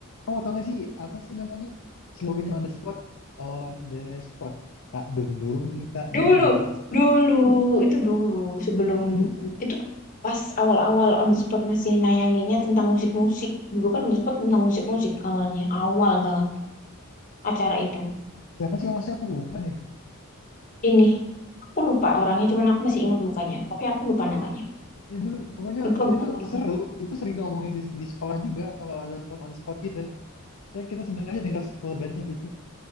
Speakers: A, on the left; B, on the left.
A: Oh tau gak sih apa sih namanya? Slogannya on the spot. On the spot. Tak dung dung, tak dung
B: Dulu,
A: dung.
B: dulu itu dulu sebelum
A: Eh dulu
B: itu pas awal-awal on the spot masih nayanginnya tentang musik-musik. Dulu kan on the spot tentang musik-musik awalnya, awal banget acara itu.
A: siapa sih hostnya aku lupa deh.
B: Ini aku lupa orangnya, cuman aku masih ingat mukanya, tapi aku lupa namanya.
A: itu pokoknya
B: Lupa
A: ya
B: banget
A: itu
B: namanya.
A: seru itu sering ngomongin di, di sekolah juga kalau ada nonton on spot gitu dan kita sedang aja dengar slogannya gitu